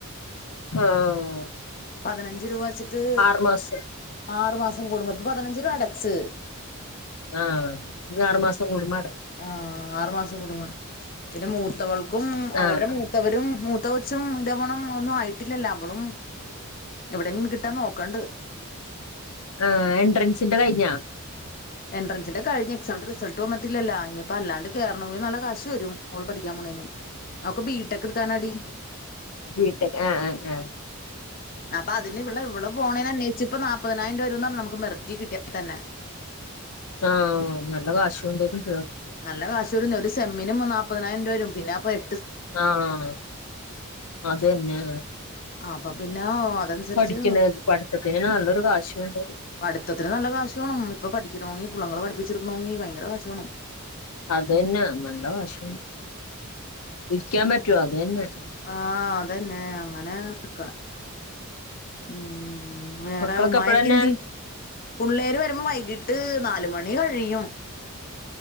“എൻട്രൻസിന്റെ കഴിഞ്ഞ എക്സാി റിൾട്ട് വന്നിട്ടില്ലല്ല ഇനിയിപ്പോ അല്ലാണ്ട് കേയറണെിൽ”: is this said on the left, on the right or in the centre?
Left